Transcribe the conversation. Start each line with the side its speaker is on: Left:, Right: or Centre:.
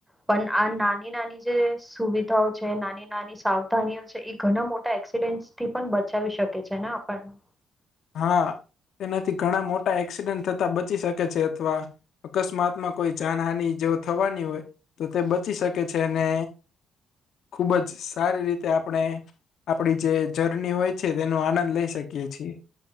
Centre: પણ આ નાની નાની જે સુવિધાઓ છે, નાની નાની સાવધાનીઓ છે, એ ઘણા મોટા એક્સિડન્ટથી પણ બચાવી શકે છે ને આપણને.
Left: હા, તેનાથી ઘણા મોટા એક્સિડન્ટ થતા બચી શકે છે. અથવા અકસ્મતમાં કોઈ જાનહાનિ જો થવાની હોય તો તે બચી શકે છે અને... ખૂબ જ સારી રીતે આપણે.... આપણી જે જર્ની હોય છે, તેનો આનંદ લઈ શકીએ છીએ.